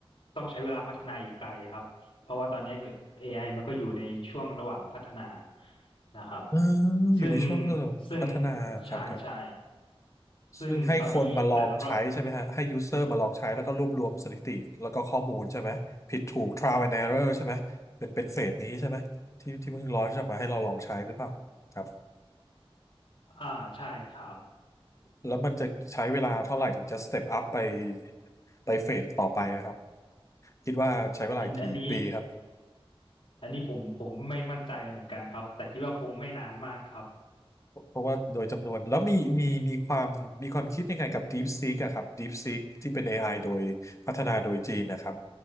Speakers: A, on the left; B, on the left.
A: ต้องใช้เวลาพัฒนาอีกไกลครับ เพราะว่าตอนนี้ก็ AI มันก็อยู่ในช่วงระหว่างพัฒนานะครับ
B: เอออยู่ในช่วง
A: ซึ่ง ซึ่ง
B: พัฒนาครับครับ
A: ใช่ใช่ซึ่งตอนนี้แต่ละประ
B: ซึ่งให้คนมาลองใช้ใช่ไหมฮะให้ยูเซอร์มาลองใช้แล้วก็รวบรวมสถิติแล้วก็ข้อมูลใช่ไหมผิดถูก trial and error ใช่ไหมเป็นเป็นเฟสนี้ใช่ไหมที่ที่เพิ่งร้อนจะมาให้เราลองใช้หรือเปล่าครับ
A: อ่าใช่ครับ
B: แล้วมันจะใช้เวลาเท่าไหร่ถึงจะสเต็ปอัพไปไปเฟสต่อไปอะครับคิดว่าใช้เวลากี่ปีครับ
A: อันอันนี้ อันนี้ผมผมไม่มั่นใจเหมือนกันครับ แต่คิดว่าคงไม่นานมากครับ
B: เพราะว่าโดยจำนวนแล้วมีมีมีความมีความคิดยังไงกับ DeepSeek อะครับ DeepSeek ที่เป็น AI โดยพัฒนาโดยจีนนะครับ